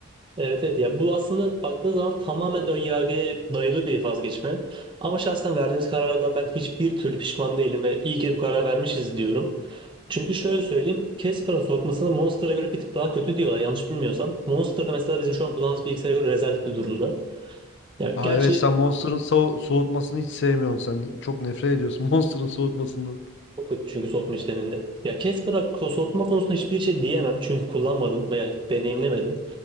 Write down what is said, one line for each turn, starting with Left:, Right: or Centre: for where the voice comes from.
Right: Evet evet ya bu aslında baktığınız zaman tamamen ön yargıya dayalı bir vazgeçme. Ama şahsen verdiğimiz karardan ben hiçbir türlü pişman değilim ve iyi ki de bu karar vermişiz diyorum. Çünkü şöyle söyleyeyim, Casper'ın soğutmasını Monster'a göre bir tık daha kötü diyorlar yanlış bilmiyorsam. Monster'da mesela bizim şu an kullandığımız bilgisayara göre rezalet bir durumda. Ya
Left: Aa
Right: gerçi
Left: evet sen Monster'ın so- soğutmasını hiç sevmiyorsun. Sen çok nefret ediyorsun <laughs> Monster'ın soğutmasından.
Right: Çok kötü çünkü soğutma işleminde. Ya Casper'a ko- soğutma konusunda hiçbir şey diyemem çünkü kullanmadım veya deneyimlemedim.